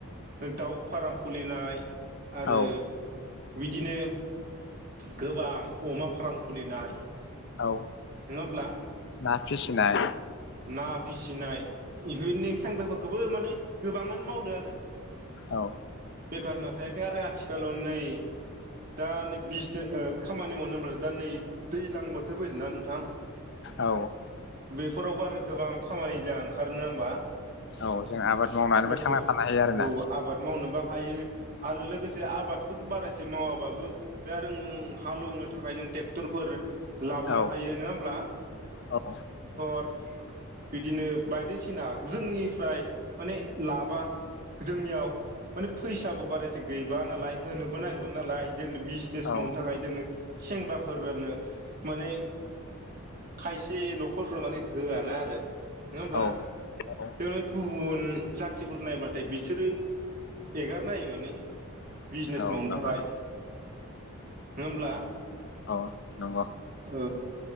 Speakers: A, on the right (about 40°); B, on the left (about 55°).
A: दाउ फाराम खुलिनाय आरो
B: औ
A: बिदिनो गोबां अमा फाराम खुलिनाय नङा
B: औ
A: होमब्ला?
B: ना फिसिनाय
A: ना फिसिनाय इफोरनि
B: औ
A: साइफाफोरखौबो माने गोबाङानो मावदो आरो।
B: औ।
A: बेखार होनना थायाखै आरो आथिखालाव नै दा नै बे बिजने ओ खामानि मावनो होनब्लाथाय दा नै दैज्लां बोथोर फैदोंना नोंथां
B: औ
A: बे फोरावबो आरो गोबां खामानि जा ओंखारो नङा होनबा
B: औ जों आबाद मावनानैबो
A: गोसो
B: थांना
A: औ
B: थानो हायो आरोना
A: आबाद मावनोबा हायो आरो लोगोसे आबादखौथ' बारा एसे मावाबाबो बे आरो नों हालौनो थाखाय जों ट्रेक्टरफोर लाबोननो
B: औ
A: हायो नङा होमब्ला?
B: औ
A: बिदिनो बायदिसिना जोंनिफ्राय माने लाबा जोंनियाव माने फैसाबो बारायसे गैबा नालाय होनोबो नागिरा नालाय। जोंनो बिजनेस
B: औ
A: मावनो थाखाय जोंनो सेंग्राफोरनो माने खायसे न' खरफोरा माने होआ ना आरो नोंङा होमब्ला
B: औ औ
A: जोंङो गुबुन जाथिफोर नायबाथाय बिसोरो एगारनायो माने बिजनेस
B: औ
A: मावनो
B: नंगौ
A: थाखाय नङा होमब्ला?
B: अ नंगौ
A: औ